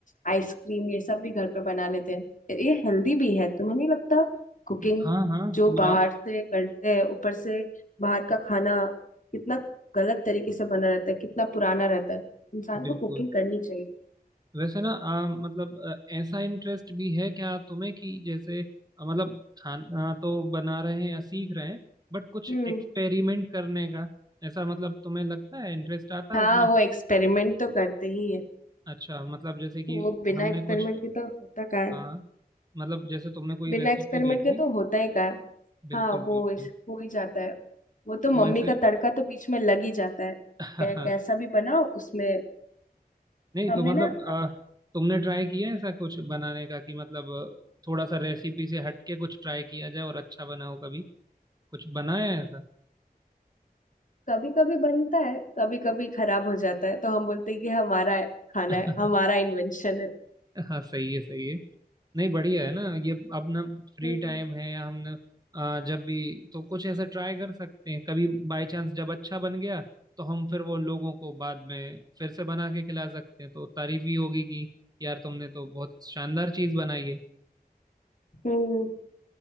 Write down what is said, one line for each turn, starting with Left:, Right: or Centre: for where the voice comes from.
Left: आइसक्रीम ये सब भी घर पे बना लेते हैं ये हेल्दी भी है तुम्हें नहीं लगता कुकिंग
Right: हाँ हाँ
Left: जो बाहर
Right: अ,
Left: से करते हैं ऊपर से बाहर का खाना कितना गलत तरीके से बना रहता है कितना पुराना रहता है इंसान
Right: बिल्कुल
Left: को कुकिंग करनी चाहिए
Right: वैसे ना आ, मतलब अ, ऐसा इंटरेस्ट भी है क्या तुम्हें कि जैसे अ, मतलब खाना तो बना रहे हैं या सीख रहे हैं बट कुछ
Left: हम्म
Right: एक्सपेरिमेंट करने का ऐसा मतलब तुम्हें लगता है इंटरेस्ट आता है
Left: हाँ
Right: उसमें
Left: वो एक्सपेरिमेंट तो करते ही है
Right: अच्छा मतलब जैसे कि
Left: वो बिना
Right: हमने
Left: एक्सपेरिमेंट
Right: कुछ
Left: के तो होता क्या है
Right: हाँ मतलब जैसे तुमने कोई
Left: बिना
Right: रेसिपी
Left: एक्सपेरिमेंट
Right: देखी
Left: के तो होता ही क्या है
Right: बिल्कुल
Left: हाँ वो
Right: बिल्कुल
Left: इस हो ही जाता है वो तो
Right: तो
Left: मम्मी
Right: वैसे
Left: का तड़का तो बीच में लग ही जाता है कै,
Right: <laughs>
Left: कैसा भी बनाओ उसमें
Right: नहीं
Left: हमने
Right: तो मतलब
Left: ना
Right: अ, तुमने ट्राई किया है ऐसा कुछ बनाने का कि मतलब अ, थोड़ा सा रेसिपी से हटके कुछ ट्राई किया जाए और अच्छा बनाओ कभी कुछ बनाया है
Left: कभी कभी बनता है कभी कभी खराब हो जाता है तो हम बोलते हैं कि हमारा खाना
Right: ऐसा
Left: है हमारा
Right: <laughs>
Left: इन्वेंशन है
Right: हाँ सही है सही है नहीं बढ़िया है ना ये अपना फ्री
Left: हम्म
Right: टाइम है या हमने आ, जब भी तो कुछ ऐसा ट्राई कर सकते हैं कभी बाय चांस जब अच्छा बन गया तो हम फिर वो लोगों को बाद में फिर से बना के खिला सकते हैं तो तारीफ भी होगी कि यार तुमने तो बहुत शानदार चीज बनाई है
Left: हम्म।